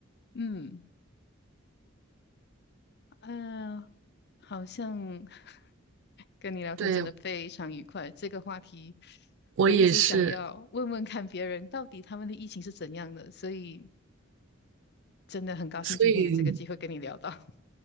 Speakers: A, on the left; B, on the right.
A: 嗯。嗯、好像 <laughs> 跟你聊天真的非常愉快。
B: 对，
A: 这个话题
B: 我也是，
A: 我一直想要问问看别人到底他们的疫情是怎样的，所以真的很高兴今天有这个机会跟你聊到。
B: 所以
A: <laughs>